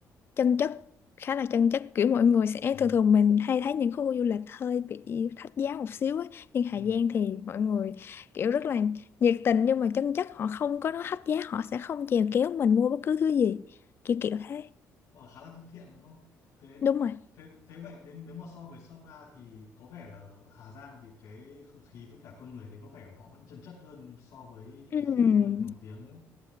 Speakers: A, on the left (about 40°); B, on the left (about 80°).
A: chân chất khá là chân chất kiểu mọi người sẽ
B: Ừ,
A: thường thường mình hay thấy những khu du lịch hơi bị thách giá một xíu ấy. Nhưng Hà
B: ừ.
A: Giang thì mọi người kiểu rất là nhiệt tình nhưng mà chân chất họ không có nói thách giá họ sẽ không chèo kéo mình mua bất cứ thứ gì kiểu kiểu thế
B: Họ khá là thân thiện đúng không? Thế
A: đúng rồi
B: thế thế vậy thế nếu mà so với Sapa thì có vẻ là ở Hà Giang thì cái không khí với cả con người đấy có vẻ họ vẫn chân chất hơn so với những
A: Ừm,
B: cái khu du lịch nổi tiếng đúng không?